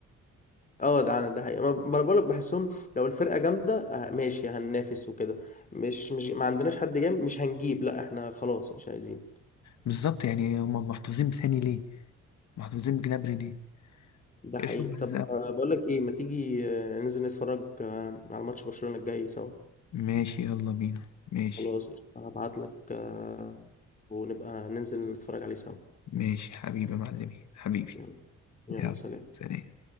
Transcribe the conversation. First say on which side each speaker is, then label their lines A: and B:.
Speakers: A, on the left; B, on the left.
A: اه ده انا ده حقيقة ما ما انا بقولك بحسهم لو الفرقة جامدة آه ماشي هننافس وكده مش مش ما عندناش حد جامد مش هنجيب لا احنا خلاص مش عايزين
B: بالظبط يعني هم محتفظين بثاني ليه محتفظين بجنابري ليه
A: ده
B: قرشهم
A: حقيقة
B: عزيز
A: طب
B: قوي
A: آه بقولك ايه ما تيجي آه ننزل نتفرج آه على ماتش برشلونة الجاي سوا
B: ماشي يلا بينا ماشي
A: خلاص هبعتلك آه ونبقى ننزل نتفرج عليه سوا
B: ماشي حبيبي يا معلمي حبيبي
A: يلا يلا
B: يلا
A: سلام
B: سلام